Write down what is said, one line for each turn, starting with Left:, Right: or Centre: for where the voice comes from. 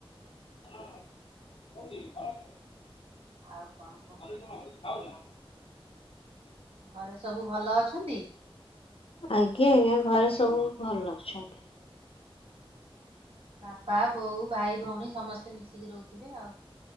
Left: ହଁ କୋଉଠି ଘରେ ଅଛନ୍ତି?
Right: ଆଉ କଣ
Left: <inaudible>
Right: କୁହନ୍ତୁ ଘରେ ସବୁ ଭଲ ଅଛନ୍ତି?
Left: ଆଜ୍ଞା ଆଜ୍ଞା ଘରେ ସବୁ ଭଲ ଅଛନ୍ତି।
Right: ବାପା ବୋଉ ଭାଇ ଭଉଣୀ ସମସ୍ତେ ମିଶିକି। ରହୁଥିବେ ଆଉ